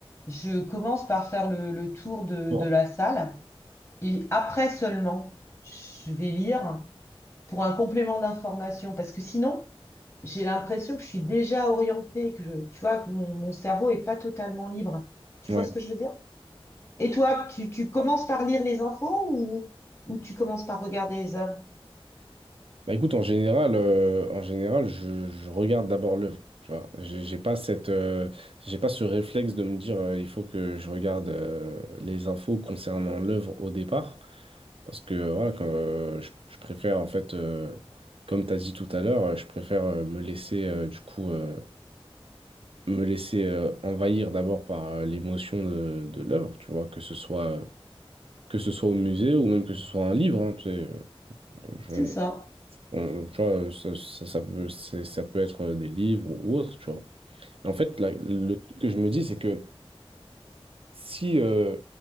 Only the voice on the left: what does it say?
Je commence par faire le, le tour de,
de la salle. Et après seulement, je vais lire pour un complément d'information, parce que sinon, j'ai l'impression que je suis déjà orientée, que je- tu vois, que mon, mon cerveau est pas totalement libre. Tu
vois ce que je veux dire? Et toi, tu, tu commences par lire les infos ou, ou tu commences par regarder les œuvres?
C'est ça.